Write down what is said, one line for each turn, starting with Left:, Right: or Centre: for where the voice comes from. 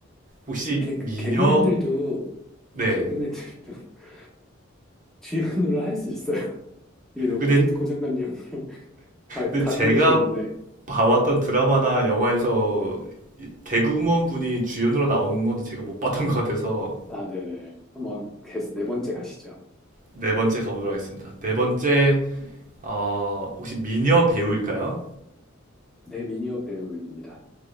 Right: 혹시
Centre: 음, 개,
Right: 미녀?
Centre: 개그맨들도,
Right: 네.
Centre: 개그맨들도 <laughs> 주연으로 할 수 있어요. 이게 너무
Right: 근데,
Centre: 고문- 고정관념 가,
Right: 근데
Centre: 갖고
Right: 제가
Centre: 계시는데.
Right: 봐왔던 드라마나 영화에서 이- 개그우먼 분이 주연으로 나오는 건 제가 못 봤던 것 같아서
Centre: 아, 네네. 한번 개- 네 번째 가시죠.
Right: 네 번째 가보도록 하겠습니다. 네 번째 어, 혹시 미녀 배우일까요?
Centre: 네, 미니어 배우입니다.